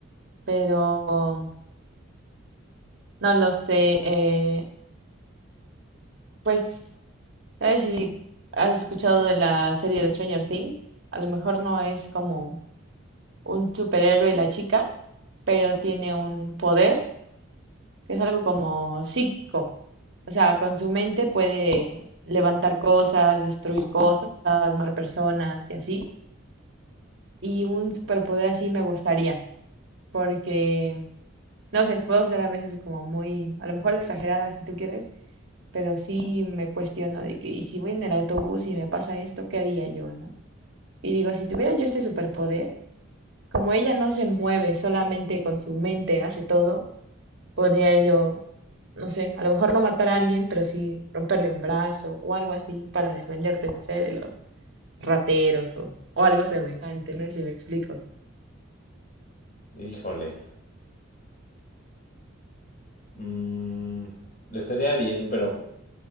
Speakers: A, on the right; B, on the left.
A: pero no lo sé. eh, pues, ¿sabes si has escuchado de la serie de Stranger Things? A lo mejor no es como un superhéroe la chica, pero tiene un poder que es algo como psíquico. O sea, con su mente puede levantar cosas, destruir cosas, mar personas y así. Y un superpoder así me gustaría, porque No sé, puedo ser a veces como muy, a lo mejor exagerada si tú quieres, pero sí me cuestiono de que, y si voy en el autobús y me pasa esto, ¿qué haría yo, no? Y digo, si tuviera yo este superpoder, como ella no se mueve, solamente con su mente hace todo, podría yo, no sé, a lo mejor no matar a alguien, pero sí romperle un brazo o algo así para defenderte, no sé, de los rateros o, o algo semejante, no sé si me explico.
B: Híjole. mm, estaría bien, pero...